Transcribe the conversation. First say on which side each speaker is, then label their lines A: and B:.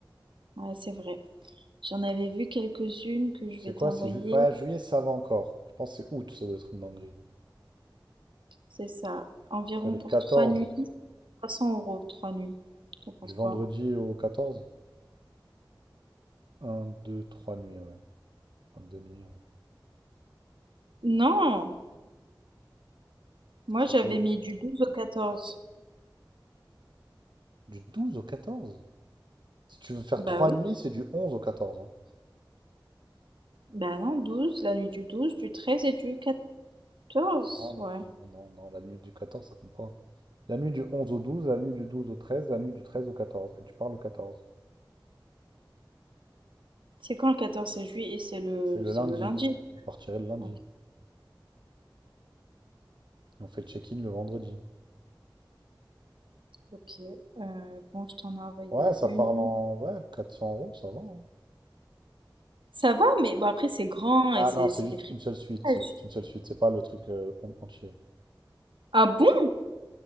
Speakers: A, on the right (about 90°); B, on the right (about 70°).
A: Ouais, c'est vrai. J'en avais vu quelques-unes que je
B: C'est
A: vais t'envoyer.
B: quoi? C'est ju- ouais, juillet, ça va encore. Je pense que c'est août, ça doit être une dinguerie.
A: C'est ça. Environ
B: C'est le
A: pour
B: 14,
A: trois nuits, 300 euros, trois nuits. T'en penses
B: du vendredi
A: quoi?
B: au 14. un, 2, 3 nuits, ouais. Enfin, deux nuits, ouais.
A: Non! Moi,
B: Ça
A: j'avais
B: fait
A: mis du 12 au 14.
B: du douze au quatorze. Si tu veux faire
A: Bah
B: trois
A: oui.
B: nuits, c'est du 11 au quatorze. hein.
A: Bah non, 12, la nuit du douze, du 13 et du quatorze.
B: Oh non,
A: Ouais.
B: non, non, non, la nuit du 14 ça compte pas. La nuit du 11 au 12, la nuit du 12 au 13, la nuit du 13 au 14, Et tu pars le 14.
A: C'est quand le quatorze C'est juillet et c'est le,
B: C'est le
A: c'est
B: lundi.
A: le lundi.
B: Vous partirez le lundi.
A: Ok.
B: Et on fait le check-in le vendredi.
A: ok. Euh, bon, je t'en ai envoyé
B: Ouais, ça
A: une.
B: parle en... Ouais, 400 euros, ça va. hein.
A: Ça va, mais bon, après, c'est grand
B: Ah
A: et c'est
B: non, c'est
A: c'est
B: juste
A: des fricages.
B: une seule suite. C'est juste une seule suite. C'est pas le truc euh, en- entier.
A: Ah bon?